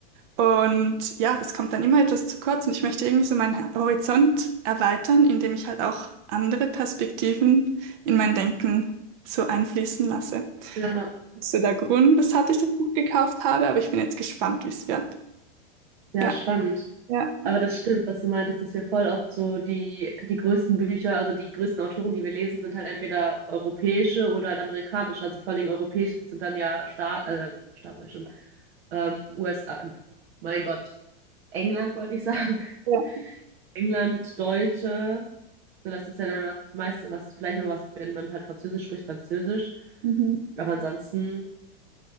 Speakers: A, on the right (about 50°); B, on the right (about 70°).
A: Und ja, das kommt dann immer etwas zu kurz und ich möchte irgendwie so meinen Horizont erweitern, indem ich halt auch andere Perspektiven in mein Denken so einfließen lasse.
B: Ja,
A: Das ist ja der Grund, weshalb ich das Buch gekauft habe, aber ich bin jetzt gespannt, wie es wird.
B: ja
A: Ja,
B: spannend.
A: ja,
B: Aber das stimmt, was du meintest, dass wir voll oft so die, die größten Bücher, also die größten Autoren, die wir lesen, sind halt entweder europäische oder halt amerikanische. Also vor allen Dingen europäische sind dann ja Staat, äh, Staat sag ich schon, ähm, USA, mein Gott, England wollte ich sagen. <laughs>
A: ja.
B: England, Deutsche, so das ist ja dann das meiste, was vielleicht noch was, wenn man halt Französisch spricht, Französisch.
A: Mhm.
B: Aber ansonsten